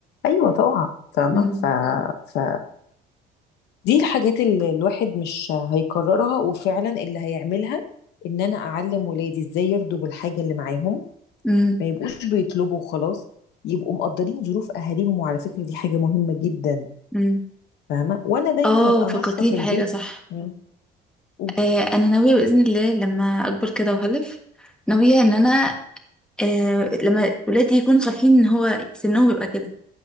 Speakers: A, on the left; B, in the centre.
A: ايوه طبعا فاهمه
B: امم
A: ف... ف... دي الحاجات اللي الواحد مش هيكررها وفعلا اللي هيعملها ان انا اعلم ولادي ازاي يرضوا بالحاجه اللي معاهم
B: امم
A: ما يبقوش بيطلبوا وخلاص يبقوا مقدرين ظروف اهاليهم وعلى فكره دي حاجه مهمه جدا
B: امم
A: فاهمه وانا دايما
B: اه
A: ابقى
B: فكرتيني
A: ناشفه في
B: بحاجة
A: البيت
B: صح
A: مم. قولي
B: آه أنا ناوية بإذن الله لما أكبر كده وأخلف ناوية إن أنا آه لما ولادي يكونوا صالحين ان هو سنهم بيبقى كده